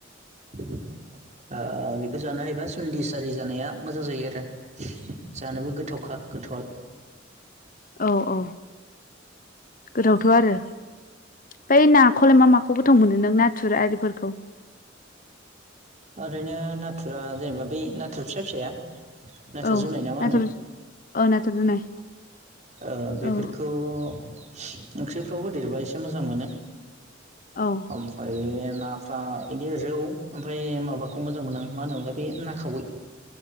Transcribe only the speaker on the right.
<unintelligible> ओ बेखौ जानो हायोबा ज'न्दिस आरि जानाया मोजां जायो आरो, जानोबो गोथाव। खा गोथावा <unintelligible>
ओरैनो नाथुरा जेनेबा बै नाथुर फिसा फिसाया नाथुर'
जुनायना मा होनो
ओ बेफोरखौ
ओंख्रिफ्राव होदेरबा एसे मोजां मोनो
ओमफ्रायो नाफ्रा बिदि रौ ओमफ्राय माबाखौ मोजां मोनो आं मा होनोमोनलाय बे ना खावै